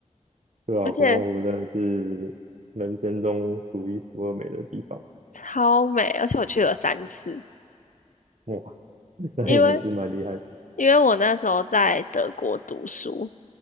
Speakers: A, on the right; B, on the left.
A: 对啊，
B: 而且。
A: 国王湖真的是人生中数一数二美的地方，
B: 超美，而且我去了三次，
A: 哇，<laughs> 那也是蛮厉害的
B: 因为因为我那时候在德国读书，